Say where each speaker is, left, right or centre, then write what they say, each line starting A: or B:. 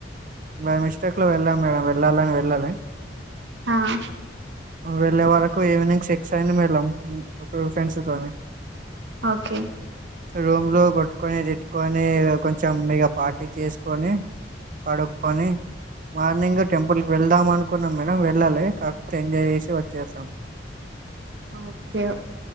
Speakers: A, on the right (about 45°); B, on the right (about 65°).
A: బై మిస్టేక్ లో వెళ్ళాం మేడం వెళ్ళాలని వెళ్ళాలి
B: ఓకే
A: వెళ్ళే వాల్లకు ఈవినింగ్ సిక్స్ అయింది మేల్లం ఫ్రెండ్స్ తోని
B: ఓకె
A: రూమ్ లో కొట్టుకొని తిట్టుకొని ఇగ కొంచెం మీగ పార్టీ చేసుకొని పడుక్కొని మార్నింగ్ టెంపుల్కి వెళ్దాం అనుకున్నాం గాని వెళ్ళలె కాకపోతే ఎంజాయ్ చేసి వచ్చేసాం
B: ఒకె